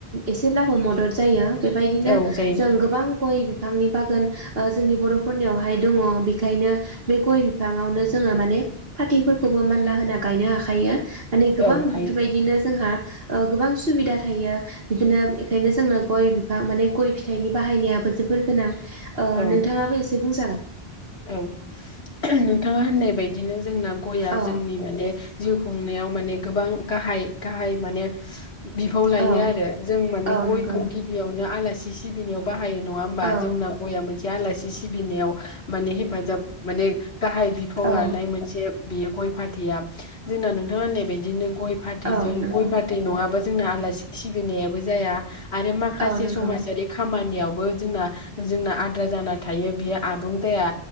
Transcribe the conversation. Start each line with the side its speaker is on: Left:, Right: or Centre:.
Right: एसेब्लाबो मदद जायो। बेबायदिनो
Left: औ जायो
Right: जों गोबां गय बि फांनि बागोन ओ जोंनि बर' यावहाय दङ बे खायनो बे गय बिफांआवनो जोङो माने फाथैफोरखौबो मानला होना गायनो हाखायो। माने
Left: औ
Right: गोबां
Left: औ हायो
Right: बेफोरबायदिनो जोंहा ओ गोबां सुबिदा थायो। बिदिनो इखायनो जोंनो गय बिफां माने गय फिथाइनि बाहायनायाबो जोबोर गोनां। ओ
Left: औ
Right: नोंथाङाबो एसे बुंजागोन।
Left: औ नोंथाङा होननाय बायदिनो। जोंना गया
Right: औ
Left: जोंनि माने जिउ खुंनायाव माने गोबां गाहाय गाहाय माने बिफाव लायो
Right: औ
Left: आरो जों माने
Right: औ
Left: गयखौ
Right: नंगौ
Left: गिबियावनो आला सि सिबिनायाव बा हायो नङा होमबा
Right: औ
Left: जोंना गया मोनसे आलासि सिबिनायाव माने हेफाजाब माने गाहाय बिफाव लानाय
Right: औ
Left: मोनसे बेयो गय फाथैया जोंना नोंथाङा होननाय बायदिनो गय पाथैजों
Right: औ नंगौ
Left: गय पाथै नङाबा जोंना आलासि सिबिनायाबो जाया आरो माखासे
Right: औ नंगौ
Left: समाजारि खामानियावबो जोंना जोंना आद्रा जाना थायो बेयो आबुं जाया।